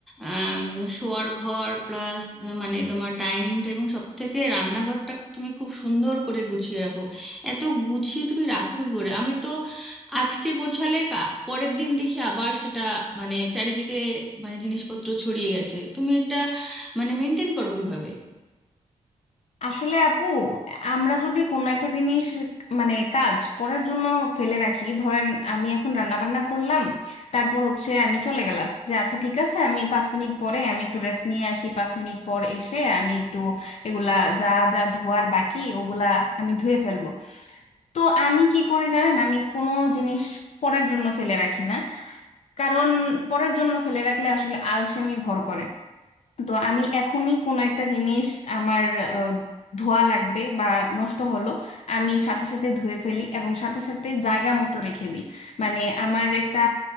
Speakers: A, in the centre; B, on the left (about 60°).
A: আম, শোয়ার ঘর প্লাস মানে তোমার ডাইনিংটা এবং সব থেকে রান্নাঘরটা তুমি খুব সুন্দর করে গুছিয়ে রাখো এত গুছিয়ে তুমি রাখো কি করে আমি তো আজকে গোছালে কা- পরের দিন দেখি আবার সেটা মানে চারিদিকে মানে জিনিসপত্র ছড়িয়ে গেছে তুমি এটা মানে মেনটেন করো কিভাবে
B: আসলে আপু আমরা যদি কোনো একটা জিনিস মানে কাজ পড়ার জন্য ফেলে রাখি ধরেন আমি এখন রান্না বান্না করলাম তারপর হচ্ছে আমি চলে গেলাম যে আচ্ছা ঠিক আছে আমি পাঁচ মিনিট পরে আমি একটু রেস্ট নিয়ে আসি পাঁচ মিনিট পর এসে আমি একটু এগুলা যা যা ধোয়ার বাকি ওগুলা আমি ধুয়ে ফেলবো তো আমি কি করি জানেন আমি কোনো জিনিস পরের জন্য ফেলে রাখি না কারণ পরের জন্য ফেলে রাখলে আসলে আলসেমি ভর করে তো আমি এখনই কোনো একটা জিনিস আমার আহ, ধোয়া লাগবে বা নষ্ট হলো আমি সাথে সাথে ধুয়ে ফেলি এবং সাথে সাথে জায়গা মতো রেখে দিই মানে আমার একটা